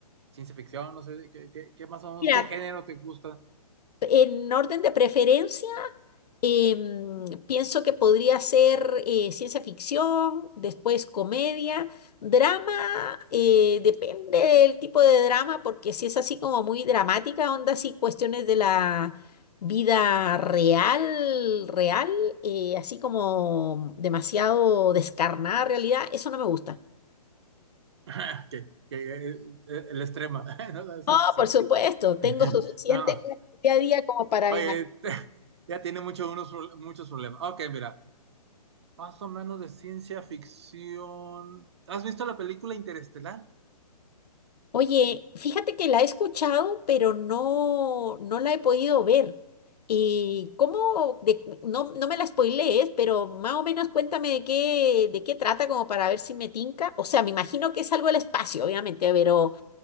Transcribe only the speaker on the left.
Mira,
En orden de preferencia, em, pienso que podría ser eh, ciencia ficción, después comedia, drama, eh, depende del tipo de drama, porque si es así como muy dramática, onda así cuestiones de la vida real, real, eh, así como demasiado descarnada realidad, eso no me gusta.
No,
por supuesto, tengo
suficiente
en el día a día como para
imaginar.
Oye, fíjate que la he escuchado, pero no, no la he podido ver. ¿Y cómo? de- no, no me la spoilees, pero más o menos cuéntame de qué, de qué trata, como para ver si me tinca. O sea, me imagino que es algo del espacio, obviamente, pero